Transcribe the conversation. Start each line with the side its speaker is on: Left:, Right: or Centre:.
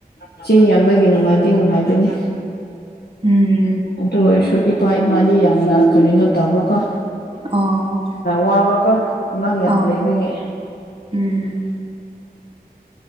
Left: ꯏꯆꯦ ꯌꯥꯝꯕꯒꯤ ꯅꯨꯡꯉꯥꯏꯗꯤ ꯅꯨꯡꯉꯥꯏꯕꯅꯤ
Right: ꯎꯝ
Left: ꯑꯗꯨ ꯑꯣꯏꯔꯁꯨ ꯏꯄꯥ ꯏꯃꯥꯅꯤ ꯌꯥꯝꯅ ꯀꯔꯤꯅꯣ ꯇꯧꯕꯀꯣ
Right: ꯑꯣ
Left: ꯋꯥꯕꯀ ꯑꯉꯥꯡ ꯌꯥꯝ
Right: ꯑꯧ
Left: ꯂꯩꯕꯒꯤ
Right: ꯎꯝ